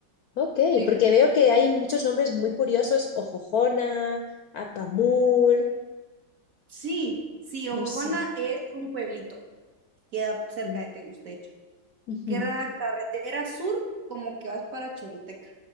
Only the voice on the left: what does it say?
Ok,
porque veo que hay muchos nombres muy curiosos, Ojojona, Apamul,
no sé.
Mm.
Ujú,